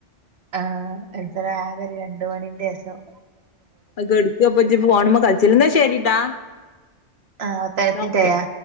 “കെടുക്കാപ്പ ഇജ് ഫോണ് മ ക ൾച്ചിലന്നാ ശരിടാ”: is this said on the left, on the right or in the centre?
Left